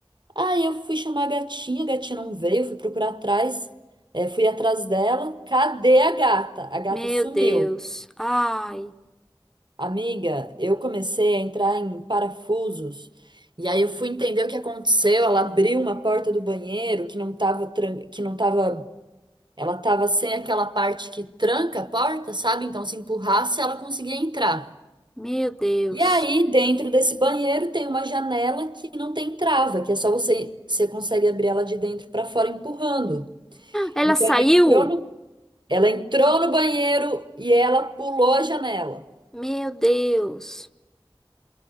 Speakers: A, on the right (about 60°); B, in the centre.
A: Aí eu fui chamar a gatinha, a gatinha não veio, fui procurar atrás, eh, fui atrás dela. Cadê a gata? A gata
B: Meu
A: sumiu.
B: Deus. Ai,
A: Amiga, eu comecei a entrar em parafusos. E aí eu fui entender o que aconteceu. Ela abriu uma porta do banheiro que não tava, tran- que não tava, ela tava sem aquela parte que tranca a porta, sabe? Então se empurrasse, ela conseguia entrar.
B: meu Deus.
A: E aí, dentro desse banheiro tem uma janela que não tem trava, que é só você, você consegue abrir ela de dentro para fora empurrando.
B: Ela
A: Então
B: saiu?
A: ela entrou no, ela entrou no banheiro e ela pulou a janela.
B: Meu Deus.